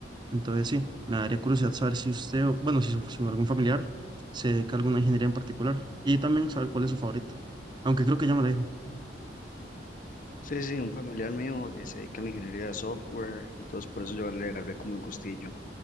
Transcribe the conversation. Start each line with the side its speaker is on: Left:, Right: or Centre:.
Right: Entonces, sí, me daría curiosidad saber si usted, o- bueno, si, su- si algún familiar se dedica a alguna ingeniería en particular y también saber cuál es su favorita, aunque creo que ya me la dijo.
Left: Sí, sí, un familiar mío eh, se dedica a la ingeniería de software, entonces por eso yo le agarré como el gustillo.